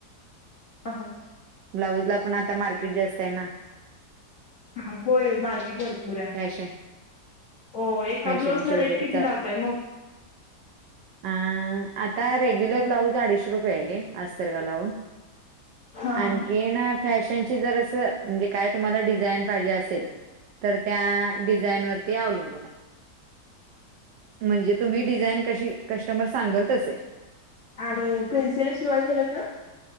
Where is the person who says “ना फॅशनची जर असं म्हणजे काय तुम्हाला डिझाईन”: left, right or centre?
Right